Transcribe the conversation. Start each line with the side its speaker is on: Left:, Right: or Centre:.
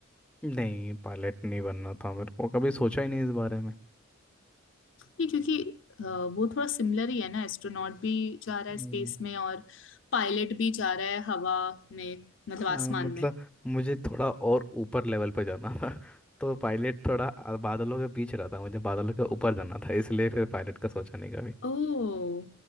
Centre: नहीं पायलट नहीं बनना था मेरे को कभी सोचा ही नहीं इस बारे
Left: ये क्योंकि अ, वो थोड़ा सिमिलर ही है ना एस्ट्रोनॉट भी जा रहा है स्पेस
Centre: में
Left: में और पायलट भी जा रहा है हवा में मतलब
Centre: हाँ
Left: आसमान
Centre: मतलब
Left: में
Centre: मुझे थोड़ा और ऊपर लेवल पर जाना था <laughs> तो पायलट थोड़ा आ- बादलों के बीच रहा था मुझे बादलों के ऊपर जाना था इसलिए फिर पायलट का सोचा नहीं कभी
Left: ओह